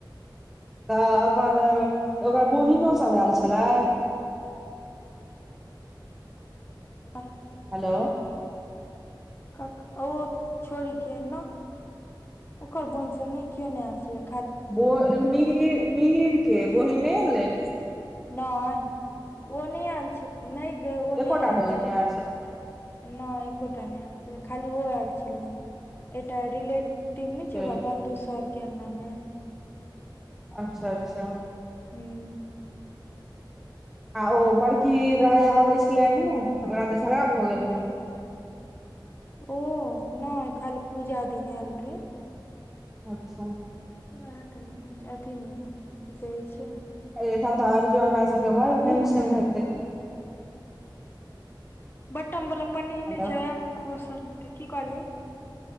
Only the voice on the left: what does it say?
<unintelligible>
कक ओ छोरी के नाह ओकर बहिन सब नहि कियो नहि ऐल छलै।
नहि ओ नहि ऐल छ नहि गै ओ
नहि ऐल
छलै।
नहि एकोटा नहि ऐल छलै, खाली ओ ऐल छलै एकटा रिलेट टिभ
नहि छै ओकरा बंधु सरके अँगनामे
हम्म
ओ नहि खाली पूजा दिन ऐल रहे।
वैह टाइम मे ह‌इ छै, अथी मे कि कहै छै।
हुक
मे
बटम बला पन्नी
नहि छै, ओइमे खोसल हेतै। कि कहलहि